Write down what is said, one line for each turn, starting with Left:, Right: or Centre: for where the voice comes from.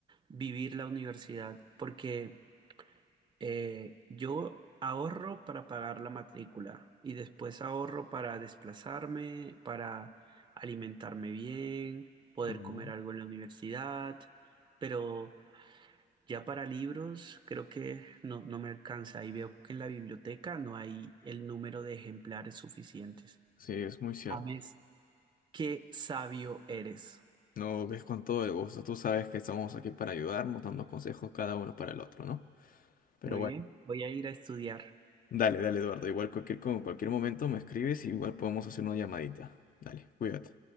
Right: vivir la universidad, porque eh, yo ahorro para pagar la matrícula y después ahorro para desplazarme, para alimentarme bien, poder
Left: y no,
Right: comer algo en la universidad, pero ya para libros creo que no, no me alcanza y veo que en la biblioteca no hay el número de ejemplares suficientes.
Left: sí, es muy cierto.
Right: James, qué sabio eres.
Left: No, es con todo el gusto. Tú sabes que estamos aquí para ayudarnos, dando consejos cada uno para el otro, ¿no? Pero
Right: Muy
Left: bueno,
Right: bien, voy a ir a estudiar.
Left: dale, dale, Eduardo. Igual cualquier, con cualquier momento me escribes y igual podemos hacer una llamadita. Dale, cuídate.